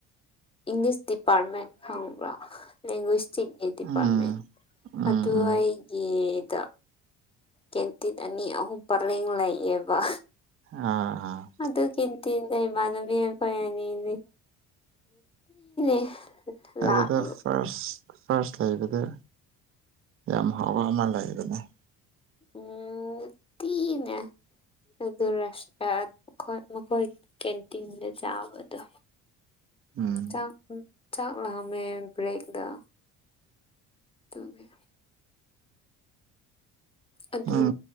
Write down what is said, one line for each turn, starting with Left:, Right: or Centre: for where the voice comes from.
Left: ꯏꯪꯂꯤꯁ ꯗꯤꯄꯥ꯭ꯔꯠꯃꯦꯟ ꯈꯪꯕ꯭ꯔꯣ ꯂꯦꯡꯒ꯭ꯋꯦꯁ ꯆꯤꯡꯒꯤ ꯗꯤꯄꯥ꯭ꯔꯠꯃꯦꯟ
Right: ꯎꯝ ꯎꯝ
Left: ꯑꯗꯨꯋꯥꯏꯒꯤ
Right: ꯎꯝ
Left: ꯗ ꯀꯦꯟꯇꯤꯠ ꯑꯅꯤ ꯑꯍꯨꯝ ꯄꯔꯦꯡ ꯂꯩꯌꯦꯕ
Right: ꯑꯥ ꯑꯥ
Left: ꯑꯗꯨ ꯀꯤꯟꯇꯤꯟ ꯗꯩꯩ ꯢꯃꯥꯟꯅꯕꯤ ꯑꯈꯣꯢ ꯑꯅꯤꯗꯤ <unintelligible>
Right: ꯑꯗꯨꯗ
Left: ꯂꯥꯛ ꯎꯝ
Right: ꯐꯥ꯭ꯔꯁ ꯐꯥ꯭ꯔꯁ ꯂꯩꯕꯗ ꯌꯥꯝ ꯍꯥꯎꯕ ꯑꯃ ꯂꯩꯌ <unintelligible>
Left: ꯎꯝ <unintelligible> <unintelligible> ꯀꯦꯟꯇꯤꯟꯗ ꯆꯥꯕꯗꯣ
Right: ꯎꯝ
Left: ꯆꯥꯛ ꯆꯥꯛ ꯂꯝꯃꯦ ꯕ꯭ꯔꯦꯛꯗ ꯗꯨꯒꯤ ꯑꯗꯨ
Right: ꯎꯝ